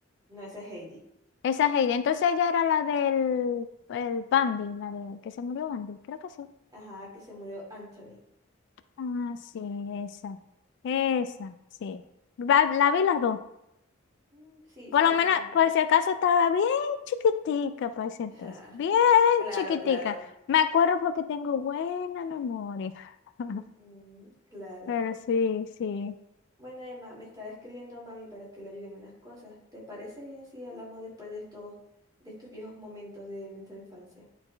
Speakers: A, on the right; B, on the left.
A: No, esa es Heidi.
B: Esa Heidi. Entonces ella era la del el Bandy, la de que se murió Bandy. Creo que sí.
A: Ajá, que se murió Anthony.
B: Ah, sí, esa. Esa, sí. Va- La, vi las dos.
A: Mm, Sí,
B: Por
A: sí,
B: lo
A: yo
B: menos,
A: sí la vi.
B: por si acaso estaba bien chiquitica para ese
A: <laughs>
B: entonces,
A: Ajá, ajá.
B: bien
A: Claro,
B: chiquitica.
A: claro.
B: Me acuerdo porque tengo buena memoria. <laughs>
A: Ujú, claro.
B: Pero sí, sí.
A: Bueno, Emma, me está escribiendo mami para que le ayude en unas cosas. ¿Te parece bien si hablamos después de estos, de estos viejos momentos de nuestra infancia?